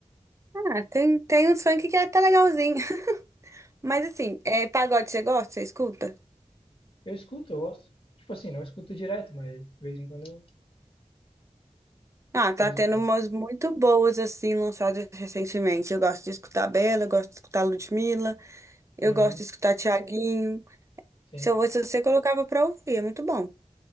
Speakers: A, on the right; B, on the left.
A: Ah, tem, tem uns funk que tá legalzinho. <laughs> Mas assim, é, pagode você gosta? Você escuta?
B: Eu escuto, eu gosto. Tipo assim, não escuto direto, mas de vez em quando eu
A: Ah,
B: sorriso
A: tá tendo
B: maroto.
A: umas muito boas, assim, lançadas recentemente. Eu gosto de escutar Bela, eu gosto de escutar Ludmilla. Eu
B: Uhum,
A: gosto de escutar Tiaguinho.
B: sim.
A: Se eu fosse você, colocava pra ouvir, é muito bom.